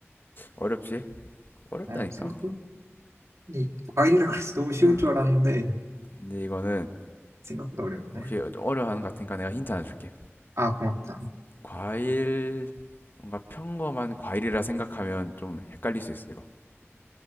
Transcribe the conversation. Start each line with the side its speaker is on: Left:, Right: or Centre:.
Left: 어렵지? 어렵다니까?
Right: 어, 생각보다, 이 과일이라 그래서 너무 쉬울
Left: 하,
Right: 줄 알았는데,
Left: 근데 이거는
Right: 생각보다 어렵네.
Left: 혹시 어려워하는 것 같으니까 내가 힌트 하나 줄게.
Right: 아, 고맙다.
Left: 과일, 뭔가 평범한 과일이라 생각하면 좀 헷갈릴 수 있어, 이거.